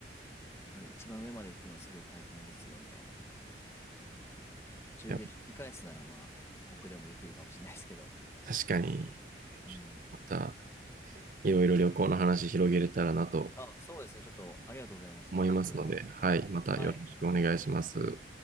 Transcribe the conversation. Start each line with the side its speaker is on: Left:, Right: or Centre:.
Left: だから一番上まで行くのすごい大変ですよ、みたいな。途中で引き返すなら、
Right: いや、
Left: まあ、僕でもできるかもしれないですけど。
Right: 確かに、
Left: うん。
Right: また、いろいろ旅行の話広げれたらなと
Left: あ、そうですね、ちょっとありがとうございました。
Right: 思いますので、
Left: いろいろ情報を。
Right: はい。またよろしくお願いします。
Left: はい。